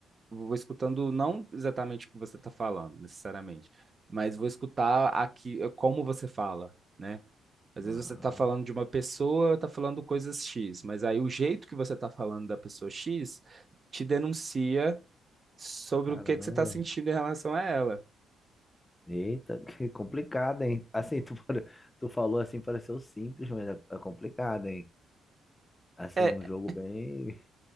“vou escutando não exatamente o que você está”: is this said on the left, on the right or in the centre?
Right